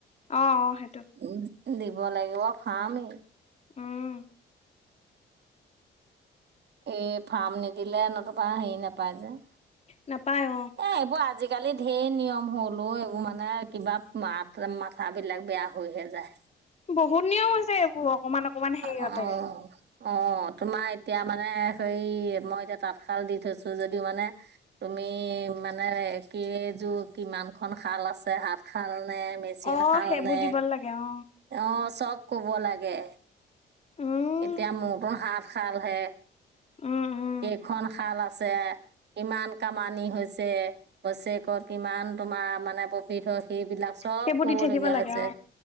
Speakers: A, on the left; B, on the right.
A: অ অ সেইটো
B: উ দিব লাগিব ফ্মেই।
A: উম
B: এই ফাৰ্ম নিদিলে নতুবা হেৰি নাপায় যে।
A: নাপায় অ',।
B: এ এইবোৰ আজিকালি ধঢেৰ নিয়ম হলো এইবোৰ মানে কিবা মাত-মাথা বিলাক বেয়া হৈহে যায়।
A: বহুত নিয়ম হৈছে এইবোৰ, অকমান অকমান হেৰিয়তে।
B: অ', অ', তোমাৰ এতিয়া মানে হে মই এতিয়া তাঁতশাল দি থৈছো যদিও মানে তুমি আমি মানে একেইযোৰ কিমান খন খাল আছে হাতশাল মে-মেচিন
A: অ
B: শাল
A: সেইবোৰ
B: নে,
A: দিব লাগে অ
B: অ, চব কব লাগে।
A: উম
B: এতিয়া মোৰটোন হাত শাল হে।
A: উম, উম,
B: কেইখন শাল আছে, কিমান কামানি হৈছে, বছেৰেকত কিমান তোমাৰ মাৰ মানে প্ৰফিট হ'ক সেইবিলাক চব
A: সেইবোৰ
B: কব
A: দি থাকিব
B: লগগীয়া
A: লাগে
B: হৈছে,
A: অ